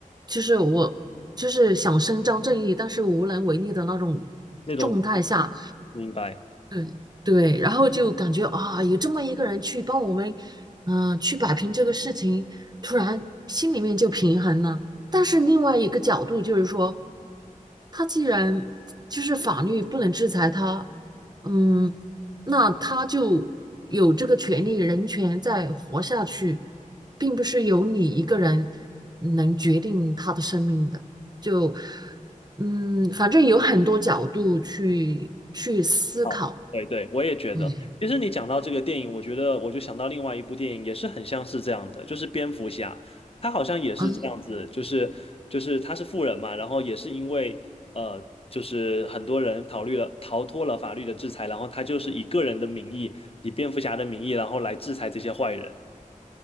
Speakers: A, on the right (about 30°); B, on the left (about 45°).
A: 就是我就是想伸张正义，但是无能为力的那种
B: 那种。
A: 状态下，
B: 明白。
A: 对对，然后就感觉啊，有这么一个人去帮我们，嗯、去摆平这个事情，突然心里面就平衡了。但是另外一个角度就是说，他既然就是法律不能制裁他，嗯，那他就有这个权利、人权在活下去，并不是由你一个人能决定他的生命的。就嗯，反正有很多角度去去思考。
B: 好，对对，我也觉得。
A: 对
B: 其实你讲到这个电影，我觉得我就想到另外一部电影，也是很像是这样的，就是蝙蝠侠，他好像也是这样子，
A: 啊，
B: 就是就是他是富人嘛，然后也是因为呃，就是很多人逃虑了逃脱了法律的制裁，然后他就是以个人的名义，以蝙蝠侠的名义，然后来制裁这些坏人。